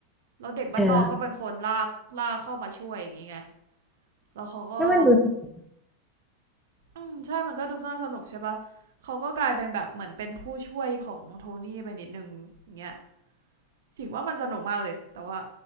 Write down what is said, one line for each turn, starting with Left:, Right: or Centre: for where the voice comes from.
Right: แล้วเด็กบ้านนอกก็เป็นคนลากลากเข้ามาช่วยอย่างงี้ไง
Centre: เออ
Right: แล้วเขาก็
Centre: ให้มันดูสนุก
Right: อืมใช่มันก็ดูน่าสนุกใช่ปะเขาก็กลายเป็นแบบเหมือนเป็นผู้ช่วยของโทนี่ไปนิดนึงอย่างเงี้ยถือว่ามันสนุกมากเลยแต่ว่า